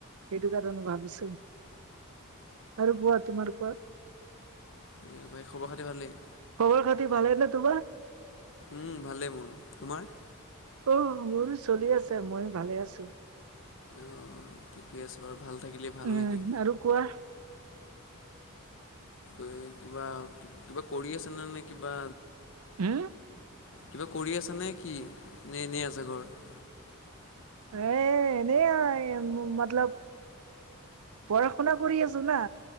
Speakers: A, on the right; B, on the left.
A: সেইটো কাৰণে ভাবিছো, আৰু কোৱা তোমালোকৰ?
B: এ প্ৰায় খবৰ খাতি ভালেই।
A: খবৰ খাতি ভালেই নে তোমাৰ?
B: উম, ভালেই মোৰ, তোমাৰ?
A: অ', মোৰো চলি আছে ময়ো ভালে আছো।
B: অ', ঠিকে আছে বাৰু ভাল থাকিলে
A: উম
B: ভাল নে কি?
A: আৰু কোৱা
B: এ কিবা কিবা কৰি আছেনে নে কিবা
A: হম?
B: কিবা কৰি আছেনে কি নে এনেই আছে ঘৰত?
A: এ এনেই আৰু এই মতলব পঢ়া শুনা কৰি আছো না।